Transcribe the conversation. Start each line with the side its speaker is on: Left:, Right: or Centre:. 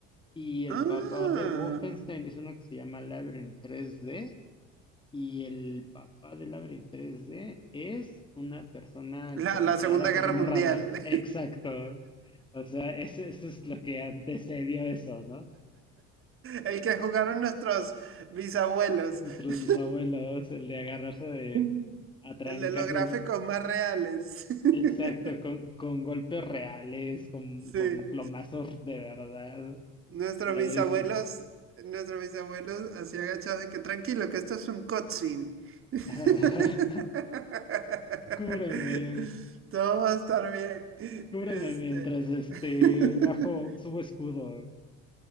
Left: y el
Right: Ah,
Left: papá de Wolfenstein es uno que se llama Labyrinth 3D y el papá de Labyrinth 3D es una persona alcoholizada
Right: la, la Segunda Guerra
Left: con un
Right: Mundial.
Left: radar.
Right: <laughs>
Left: Exacto. O sea, eso, eso es lo que antecedió eso, ¿no?
Right: El que jugaron nuestros bisabuelos.
Left: Nuestros
Right: <laughs>
Left: bisabuelos, el de agarrarse de
Right: Mm.
Left: a trancazos.
Right: El de los gráficos más reales. <laughs>
Left: Exacto, con, con golpes reales, con,
Right: Sí.
Left: con plomazos de verdad.
Right: Nuestros
Left: Padrísimo.
Right: bisabuelos, nuestros bisabuelos así agachados de que tranquilo, que esto es un cutscene. <laughs>
Left: <laughs> Cúbreme,
Right: Todo va a estar bien.
Left: cúbreme
Right: Este...
Left: mientras este
Right: <laughs>
Left: bajo, subo escudo.